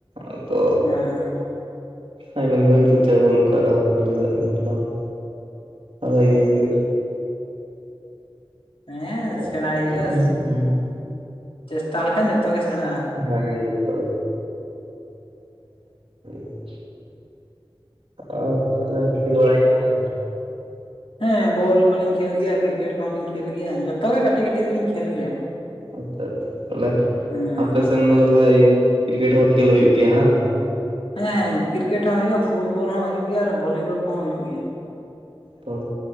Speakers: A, on the right; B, on the left.
A: ᱟᱫᱚ
B: ᱦᱮᱸ,
A: ᱟᱭᱢᱟ ᱜᱮ ᱪᱚᱨᱪᱟ ᱵᱟᱹᱱᱩᱜ ᱠᱟᱜ ᱨᱮᱦᱚᱸ <unintelligible> ᱵᱟᱝ ᱟᱫᱚ ᱤᱭᱟᱹᱭ ᱦᱩᱭᱩᱜ-ᱟ᱾
B: ᱦᱮᱸ
A: ᱦᱩᱸ
B: ᱥᱮᱬᱟᱭ ᱦᱩᱭᱩᱜ-ᱟ, ᱪᱮᱥᱴᱟ ᱞᱮᱠᱷᱟᱱ ᱡᱚᱛᱚᱜ ᱜᱮ ᱥᱮᱬᱟᱜ-ᱟ᱾
A: ᱵᱷᱟᱜᱮ ᱜᱮᱛᱚ <unintelligible> ᱟᱫᱚ ᱛᱟᱦᱚᱞᱮ ᱠᱷᱮᱞ ᱵᱟᱲᱟᱭ ᱜᱮᱭᱟ ᱵᱮᱱ?
B: ᱦᱮᱸ ᱵᱚᱞ ᱠᱚᱞᱤᱧ ᱠᱷᱮᱞ ᱜᱮᱭᱟ ᱠᱨᱤᱠᱮᱴ ᱠᱚᱦᱚᱸᱞᱤᱧ ᱠᱷᱮᱞ ᱜᱮᱭᱟ ᱡᱚᱛᱚ ᱜᱮ ᱠᱟᱹᱴᱤᱡ ᱠᱟᱹᱴᱤᱡ ᱫᱚᱞᱤᱧ ᱠᱷᱮᱞ ᱜᱮᱭᱟ ᱾
A: ᱟᱪᱪᱷᱟ ᱟᱪᱪᱷᱟ ᱛᱟᱦᱚᱞᱮ
B: ᱦᱮᱸ
A: ᱟᱯᱮᱥᱮᱱ ᱫᱚ ᱛᱟᱦᱚᱞᱮ ᱤᱭᱟᱹ ᱠᱨᱤᱠᱮᱴ ᱦᱚᱸ ᱠᱷᱮᱞ ᱦᱩᱭᱩᱜ ᱜᱮᱭᱟ ᱦᱟᱝ!
B: ᱦᱮᱸ ᱦᱮᱸ ᱠᱨᱤᱠᱮᱴ ᱦᱚᱸ ᱦᱩᱭᱩᱜᱼᱟ ᱯᱷᱩᱴᱵᱚᱞ ᱦᱚᱸ ᱦᱩᱭᱩᱜ ᱜᱮᱭᱟ ᱟᱨ ᱵᱷᱚᱞᱤᱵᱚᱞ ᱠᱚᱦᱚᱸ ᱦᱩᱭᱩᱜ ᱜᱮᱭᱟ ᱾
A: ᱛᱚ